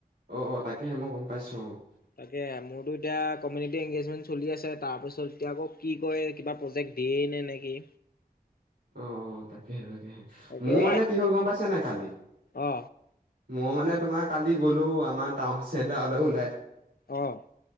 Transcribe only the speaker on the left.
তাকে মোৰতো এতিয়া কমিউনিটি এনগেজমেন্ট চলি আছে, তাৰ পিছত এতিয়া আক কি কয় কিবা প্ৰজেক্ট। দিয়েই নে নেকি?
তাকে
অ
অ'